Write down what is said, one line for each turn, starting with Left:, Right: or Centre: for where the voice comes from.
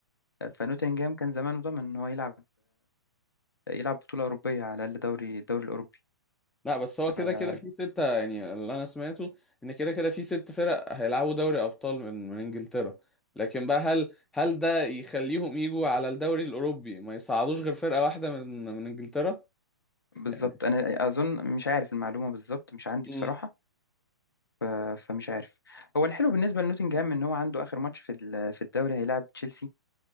Left: آه، فنوتنجهام كان زمانه ضامن ان هو يلعب يلعب بطولة أوروبية على الأقل دوري الدوري الأوروبي
Centre: لا بس هو كده
Left: آه،
Centre: كده في ستة يعني اللي أنا سمعته إن كده كده في ست فرق هيلعبوا دوري أبطال من من إنجلترا لكن بقى هل هل ده يخليهم يجوا على الدوري الأوروبي ما يصعدوش غير فرقة واحدة من من إنجلترا
Left: بالظبط
Centre: يعني
Left: أنا أظن مش عارف المعلومة بالظبط مش عندي
Centre: امم
Left: بصراحة آه، فمش عارف هو الحلو بالنسبة لنوتنجهام إن هو عنده آخر ماتش في ال- في الدوري هيلعب تشيلسي